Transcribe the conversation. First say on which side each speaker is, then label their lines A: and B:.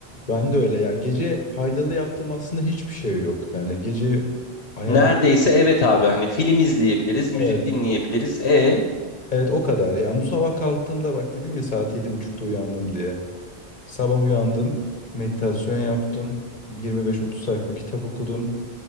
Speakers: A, on the left (about 45°); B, on the left (about 75°).
A: Ben de öyle ya. Gece faydalı yaptığım aslında hiçbir şey yok. Yani gece ayak
B: Neredeyse evet abi hani film izleyebiliriz, müzik
A: Evet.
B: dinleyebiliriz. E
A: Evet o kadar. Yani bu sabah kalktığımda bak dedim ya saat yedi buçukta uyandım diye. Sabah uyandım. Meditasyon yaptım. 25-30 sayfa kitap okudum.